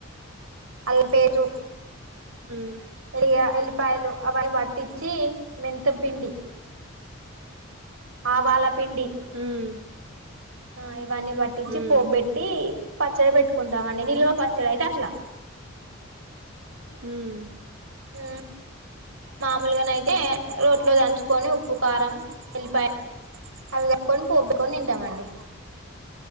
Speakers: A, on the right; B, on the right.
A: అల్లం పేస్టు
B: ఉమ్
A: ఎల్లిగ ఎల్లిపాయలు అవన్నీ పట్ ఇచ్చి మెంతం పిండి ఆ వాల పి పిండి
B: ఉమ్ ఉమ్
A: ఈ ఇవన్నీ పట్టించి
B: ఉమ్
A: పోపు బెట్టి పచ్చడి పెట్టుకుంటామండి నిల్వ పచ్చడి అయితే అట్లా
B: మ్మ్
A: మ్మ్ మామూలుగాన అయితే రో ట్లో దంచుకొని ఉప్పు కారం వెళిపాయ్ అవి కప్పుకొని పొబ్బుకొని తింటామండి